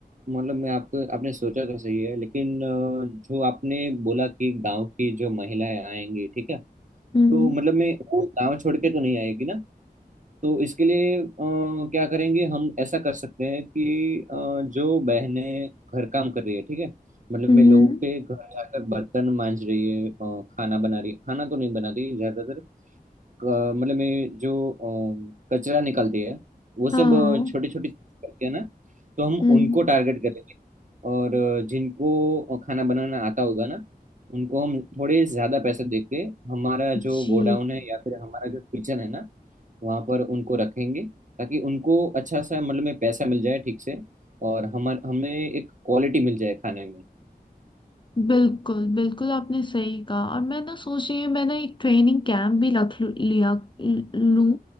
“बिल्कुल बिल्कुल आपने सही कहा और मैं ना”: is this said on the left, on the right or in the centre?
Left